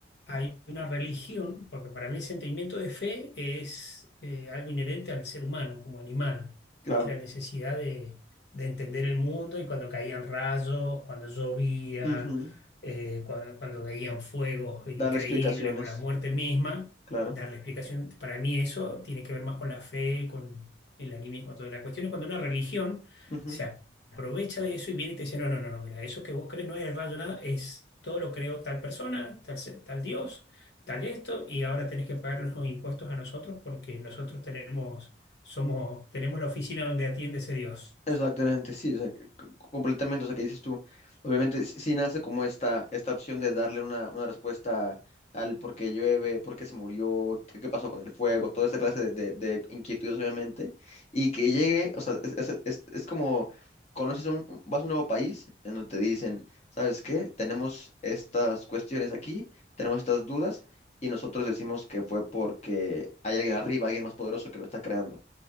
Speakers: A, on the left; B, on the left.
A: hay una religión, porque para mí el sentimiento de fe es eh, algo inherente al ser humano como animal,
B: Claro.
A: que es la necesidad de, de entender el mundo y cuando caían rayos, cuando llovía,
B: Ujú.
A: eh, cuando, cuando veían fuegos increíbles
B: Darle explicaciones,
A: o la muerte misma
B: claro.
A: darle explicación. Para mí eso tiene que ver más con la fe, con el animismo, toda la cuestión es cuando una religión
B: Ujú.
A: se aprovecha de eso y viene y te dice, no, no, no, no, mira, eso que vos crees no es el rayo nada, es todo lo creó tal persona, tal, se- tal Dios, tal esto, y ahora tenés que pagar los impuestos a nosotros porque nosotros tenemos, somos, tenemos la oficina donde atiende ese Dios.
B: Exactamente, sí, o sea, que- c- completamente, o sea, que dices tú, obviamente sí sí nace como esta, esta opción de darle una, una respuesta al por qué llueve, por qué se murió, qué, qué pasó con el fuego, toda esa clase de, de- de inquietudes, obviamente, y que llegue, o sea, es, es- es- es como, conoces un, vas a un nuevo país en donde te dicen, ¿sabes qué? Tenemos estas cuestiones aquí, tenemos estas dudas, y nosotros decimos que fue porque hay alguien arriba, alguien más poderoso que lo está creando.